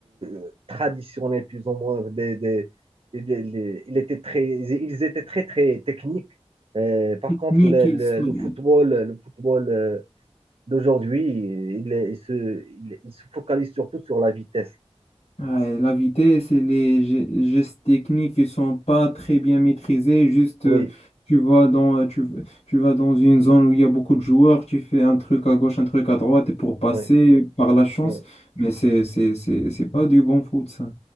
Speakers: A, on the right; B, on the left.
A: euh, traditionnel, plus ou moins, des, des- des- les- il était très, ils étaient très, très techniques. Euh, par contre,
B: Ni
A: le,
B: qu'ils
A: le-
B: sont-
A: le football, le football euh, d'aujourd'hui, il, il se, il il se focalise surtout sur la vitesse.
B: Ouais, la vitesse et les ge- gestes techniques qui sont pas très bien maîtrisés. Juste,
A: Oui,
B: euh, tu vas dans, euh, tu, tu vas dans une zone où il y a beaucoup de joueurs, tu fais un truc à gauche, un truc à droite, et pour passer
A: oui,
B: par la chance,
A: oui,
B: mais c'est, c'est, c'est, c'est pas du bon foot, ça.